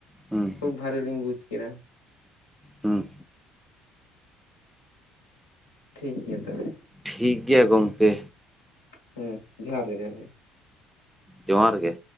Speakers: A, in the centre; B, on the left (about 80°).
A: ᱦᱩᱸ
B: ᱠᱷᱩᱵ ᱵᱷᱟᱞᱤ ᱞᱤᱧ ᱵᱩᱡᱽ ᱠᱮᱫᱟ
A: ᱦᱩᱢᱸ
B: ᱴᱷᱤᱠ ᱜᱮᱭᱟ ᱛᱚᱵᱮ
A: ᱴᱷᱤᱠ ᱜᱮᱭᱟ ᱜᱚᱢᱠᱮ
B: ᱦᱩᱸ ᱡᱚᱦᱟᱨ ᱜᱮ ᱡᱚᱦᱟᱨ ᱜᱮ
A: ᱡᱚᱦᱟᱨ ᱜᱮ